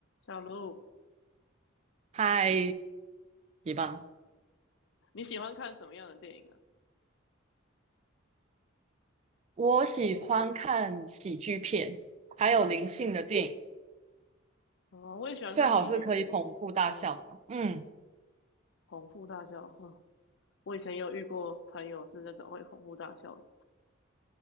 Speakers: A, on the left (about 65°); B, on the right (about 35°).
A: 小卢，
B: 嗨，一棒！
A: 你喜欢看什么样的电影啊？
B: 我喜欢看喜剧片，还有灵性的电影，
A: 哦，我也喜欢看喜剧片，
B: 最好是可以捧腹大笑的。
A: 嗯，
B: 嗯，
A: 哄腹大笑，嗯，我以前有遇过朋友是那种会哄腹大笑的。